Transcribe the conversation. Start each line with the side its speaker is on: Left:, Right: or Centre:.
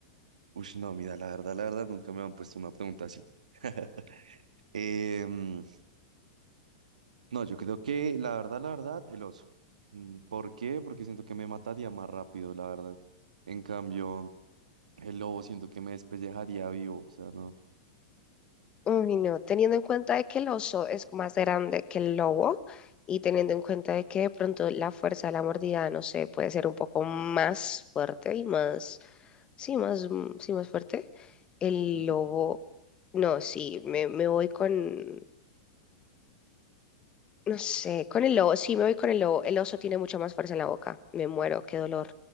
Right: Ush, no, mira, la verdad, la verdad, nunca me han puesto una pregunta así. <laughs> Em, no, yo creo que la verdad, la verdad, el oso. Mm, ¿Por qué? Porque siento que me mataría más rápido, la verdad. En cambio. El lobo siento que me despellejaría vivo, o sea, no.
Left: Uy, no. Teniendo en cuenta de que el oso es más grande que el lobo y teniendo en cuenta de que de pronto la fuerza de la mordida, no sé, puede ser un poco más fuerte y más, sí, más, mm, sí, más fuerte. El
Right: Mm,
Left: lobo, no, sí, me, me voy con... No sé, con el lobo, sí me voy con el lobo. El oso tiene mucha más fuerza en la boca. Me muero, qué dolor.